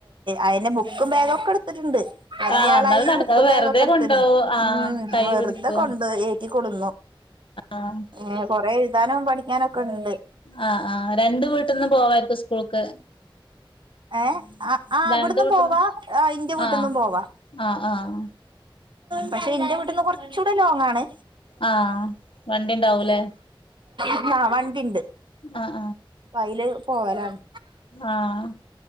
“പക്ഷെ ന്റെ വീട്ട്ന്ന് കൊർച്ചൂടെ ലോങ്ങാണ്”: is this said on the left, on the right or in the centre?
Right